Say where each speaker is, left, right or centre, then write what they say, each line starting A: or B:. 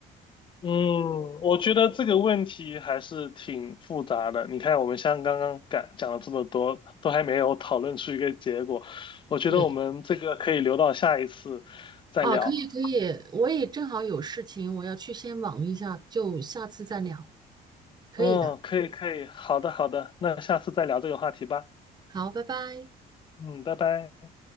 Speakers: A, on the left; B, on the right.
A: 嗯，我觉得这个问题还是挺复杂的。你看，我们像刚刚讲讲了这么多，都还没有讨论出一个结果。我觉得我们这个可以留到下一次再聊。
B: 对，啊，可以可以，我也正好有事情，我要去先忙一下，就下次再聊。可以的，
A: 嗯，可以可以，好的好的，那下次再聊这个话题吧。
B: 好，拜拜。
A: 嗯，拜拜。